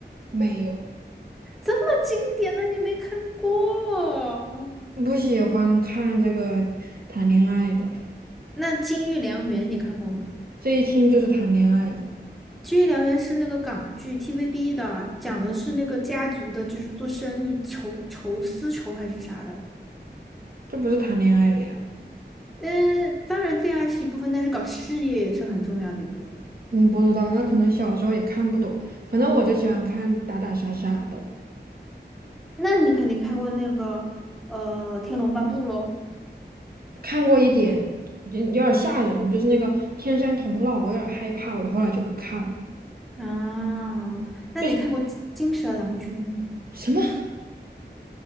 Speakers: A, on the right (about 55°); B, in the centre.
A: 没有，
B: 这么经典的你没看过？
A: 不喜欢看这个谈恋爱的，
B: 那《金玉良缘》你看过吗？
A: 这一听就是谈恋爱的，
B: 《金玉良缘》是那个港剧 TVB 的，讲的是那个家族的，就是做生意仇仇丝绸还是啥的。
A: 这不是谈恋爱的呀。
B: 嗯，当然恋爱是一部分，但是搞事业也是很重要的一部分。
A: 嗯，不知道，那可能小时候也看不懂，反正我就喜欢看打打杀杀的。
B: 那你肯定看过那个呃《天龙八部》喽？
A: 看过一点，就有点吓人，就是那个天山童姥，我有点害怕，我就后来就不看了。
B: 啊，那你看过金《金蛇郎君》吗？
A: 就是什么